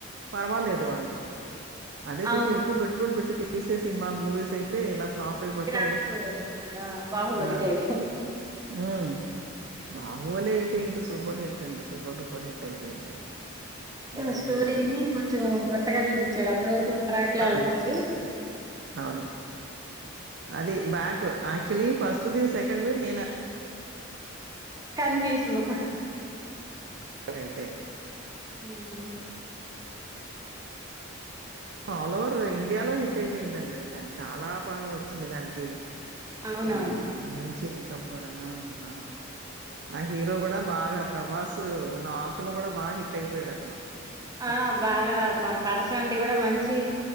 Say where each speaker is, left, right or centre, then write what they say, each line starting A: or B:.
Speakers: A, on the right; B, on the right.
A: పర్వాలేదు వాళ్ళకి అదె కొంచెం
B: అవును
A: ఎక్కువ పెట్బడి పెట్టి తీసే సినిమాలు మూవీస్ అయితే ఇలా ఫ్లాప్ అయిపొతే
B: గ్రాఫిక్ ఓవర్ బాహుబలి
A: ఆ
B: టైప్
A: ఊ బాహుబలి అయితే ఇంక సూపర్ హిట్ అండి సూపర్ డూపర్ హిట్ అయిపోయింది అది
B: ఆ
A: అండ్
B: స్టోరీని
A: కూడా.
B: కొంచెం కొత్తగా చూపిచ్చాడు అప్పటి వరకు ఒక ట్రాక్ ల
A: ఆ!
B: ఎళ్తుంది
A: అవును అది బ్యాక్ యాక్టుల్ల్య్ ఫస్టుది సెకండ్ నేను
B: కన్ఫ్యూజను
A: అయితే
B: ఉ ఉ
A: ఆల్ ఓవర్ ఇండియాలో హిట్ అయిపోయిందండి దాన్ని చాలా బాగా వ వచ్చిన దానికి
B: అవునవును
A: ఆ మంచి ఇన్కమ్ కూడాను ఆ ఆ హీరో కూడా బాగా ప్రభాస్సు నార్త్ లో కూడా బా హిట్ అయిపోయాడు అతను హ్మ్.
B: ఆ బాగా వాని పర్సనాలిటీ కూడా మంచీ